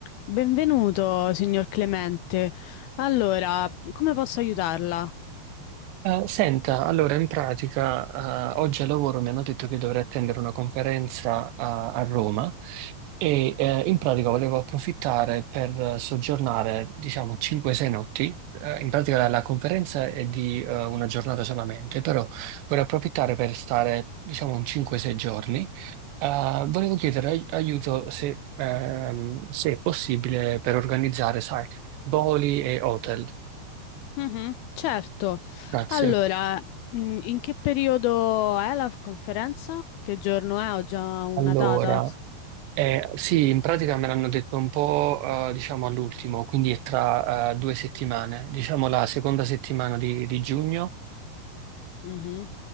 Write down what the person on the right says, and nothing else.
Eh, senta, allora in pratica eh, oggi al lavoro mi hanno detto che dovrei attendere una conferenza a, a Roma e eh, in pratica volevo approfittare per eh, soggiornare diciamo 5-6 notti. Eh, in pratica la, la conferenza è di eh, una giornata solamente, però vorrei approfittare per stare diciamo un 5-6 giorni. Eh, volevo chiedere ai- aiuto se, ehm, se è possibile per organizzare, sai, voli e hotel.
Grazie.
Allora.
Eh, sì, in pratica me l'hanno detto un po', eh, diciamo, all'ultimo, quindi è tra, eh, due settimane, diciamo la seconda settimana di, di giugno,